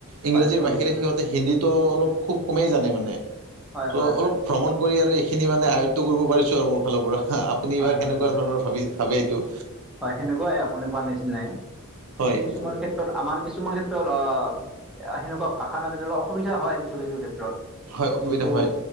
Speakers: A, on the right (about 65°); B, in the centre.
A: ইংৰাজীৰ
B: হয় চলি
A: বাহিৰে
B: যোৱা
A: সিহঁতে হিন্দীটো অলপ খুব কমেই জানে মানে।
B: হয়
A: চ
B: হয়
A: অলপ
B: হয়
A: ভ্ৰমণ কৰি আৰু এইখিনি মানে আয়ত্ব কৰিব পাৰিছোঁ আৰু মোৰ ফালৰ পৰা। আপুনি
B: হয়
A: বা কেনেকুৱা
B: হয় হয়
A: ধৰণৰ ভাবি ভাবে এইটো।
B: হয় সেনেকুৱাই আপুনি কোৱা নিচিনাই। কিন্তু
A: হয়
B: কিছুমান ক্ষেত্ৰ আমাৰ কিছুমান ক্ষেত্ৰত আহ সেনেকুৱা ভাষা নাজানিলে অসুবিধা হয় কিছু কিছু ক্ষেত্ৰত।
A: হয় অসুবিধা
B: কিন্তু
A: হয়